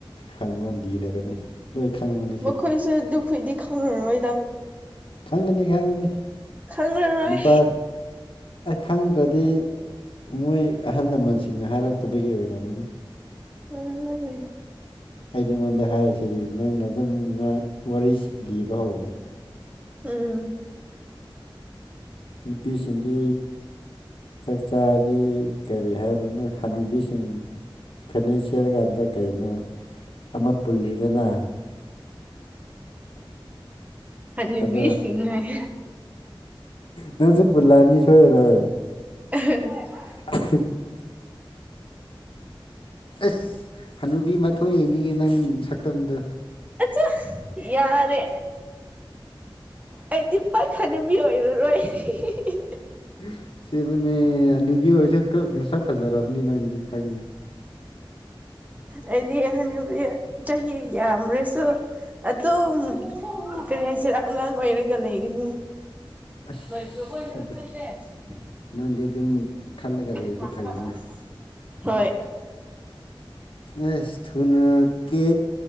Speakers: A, on the left; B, on the right.
A: ꯍꯪꯉꯣ ꯂꯤꯔꯒꯅꯤ ꯂꯣꯏꯈꯪꯕꯅꯦ
B: ꯃꯈꯣꯏꯁꯨ ꯑꯗꯨꯈꯣꯏꯗꯤ ꯈꯪꯉꯔꯣꯏꯗ
A: ꯈꯪꯒꯅꯤ ꯈꯪꯒꯅꯤ
B: ꯈꯪꯔꯔꯣꯏ
A: ꯅꯨꯄꯥ ꯑꯩ ꯈꯪꯗ꯭ꯔꯗꯤ ꯃꯣꯏ ꯑꯍꯜ ꯂꯃꯟꯁꯤꯡꯅ ꯍꯥꯏꯔꯛꯇꯕꯒꯤ ꯑꯣꯏꯔꯝꯃꯅꯤ
B: <unintelligible>
A: ꯑꯩ ꯅꯉꯣꯟꯗ ꯍꯥꯏꯔꯤꯁꯤꯗꯤ ꯅꯪꯅ ꯑꯗꯨꯝ ꯉꯍ ꯋꯥꯔꯤꯁꯤ ꯂꯤꯕ ꯍꯧꯔꯣ
B: ꯎꯝ
A: ꯅꯨꯄꯤꯁꯤꯡꯗꯤ ꯆꯛꯆꯥꯗꯤ ꯀꯔꯤ ꯍꯥꯏꯔꯨꯅꯨ ꯍꯅꯨꯕꯤꯁꯤꯡ ꯐꯥꯏꯅꯥꯟꯁꯤꯌꯦꯜ ꯀꯥꯟꯗ ꯀꯩꯅꯣ ꯑꯃ ꯄꯨꯜꯂꯤꯗꯅ
B: ꯍꯅꯨꯕꯤꯁꯤꯡ
A: ꯑꯗꯨ
B: ꯍꯥꯏ
A: ꯅꯪꯁꯨ ꯄꯨꯂꯥꯅꯤ ꯁꯣꯏꯔꯣꯏ
B: <unintelligible> <unintelligible>
A: <unintelligible> <unintelligible> ꯑꯁ ꯍꯅꯨꯕꯤ ꯃꯥꯏꯊꯣꯡ ꯌꯦꯡꯅꯤꯡꯉꯦ ꯅꯪ ꯁꯛꯇꯝꯗꯣ
B: ꯑꯆꯥ ꯌꯥꯔꯦ ꯑꯩꯗꯤ ꯄꯥꯛ ꯍꯅꯨꯕꯤ ꯑꯣꯏꯔꯔꯣꯏ ꯍꯣꯏ <unintelligible>
A: ꯅꯪꯁꯤꯕꯅꯦ ꯍꯅꯨꯕꯤ ꯑꯣꯏꯔꯁꯨ ꯃꯁꯛ ꯐꯖꯔꯕꯅꯤ ꯅꯪꯗꯤ ꯈꯪꯉꯤ
B: ꯑꯩꯗꯤ ꯍꯅꯨꯕꯤ ꯆꯍꯤ ꯌꯥꯝ꯭ꯔꯁꯨ ꯑꯗꯨꯝ ꯀꯔꯤ ꯍꯥꯏꯁꯔ ꯑꯉꯥꯡ ꯑꯣꯏꯔꯒ ꯂꯩꯒꯅꯤ
A: ꯑꯁ
B: ꯂꯣꯏꯕ꯭ꯔꯕꯩ ꯑꯩꯈꯁꯦ
A: ꯑꯗꯨ
B: <inaudible>
A: ꯅꯪꯗꯤ ꯑꯗꯨꯝ ꯈꯜꯂꯒ
B: ꯑꯩꯈꯣꯏꯁꯦ
A: ꯂꯩꯗꯣ ꯐꯩꯅꯦ
B: ꯍꯣꯏ
A: ꯑꯦꯁ ꯊꯨꯅ ꯀꯦ